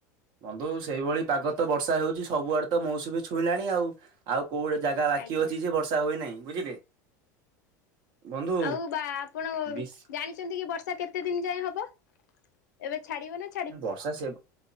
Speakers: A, on the right (about 55°); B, on the left (about 80°).
A: ବନ୍ଧୁ ସେଇଭଳି ପାଗ ତ ବର୍ଷା ହେଉଚି, ସବୁଆଡେ ତ ମୌସୁମୀ ଛୁଇଁଲାଣି ଆଉ। ଆଉ କୋଉଠି ଜାଗା ବାକି
B: ଆଜ୍ଞା
A: ଅଛି ଯେ ବର୍ଷା ହୋଇ ନାଇଁ, ବୁଝିଲେ। ବନ୍ଧୁ
B: ଆଉ ବା ଆପଣଙ୍କ
A: ବିଶ
B: ଜାଣିଚନ୍ତି କି ବର୍ଷା କେ କେତେ ଦିନ ଯାଏଁ ହବ ଏବେ ଛାଡିବନା
A: ବର୍ଷା ସେ